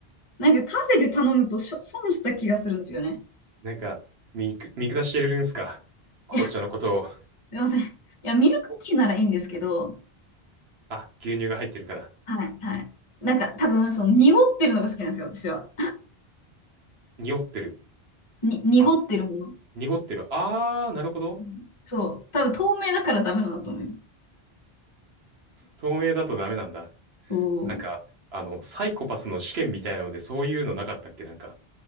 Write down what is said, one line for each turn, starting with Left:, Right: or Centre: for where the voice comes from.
Left: なんかカフェで頼むとしょ損した気がするんですよね。
Right: なんか、見く、見下してるんすか <laughs> 紅茶のことを。
Left: いや、すいません。いや、ミルクティーならいいんですけど、
Right: おあ、牛乳が入ってるから。
Left: はい、はい。なんか多分、その濁ってるのが好きなんですよ、私は。
Right: 濁ってる。
Left: に、濁ってるもの。
Right: あ、濁ってる。あー、なるほど。
Left: うんそう。多分透明だからダメなんだと思います。
Right: 透明だとダメなんだ。
Left: おー
Right: なんか、あの、サイコパスの試験みたいなので、そういうのなかったっけなんか。